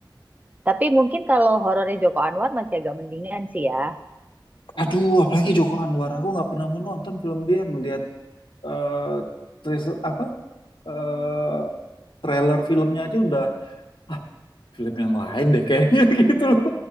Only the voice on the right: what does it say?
Tapi mungkin kalau horornya Joko Anwar masih agak mendingan sih ya.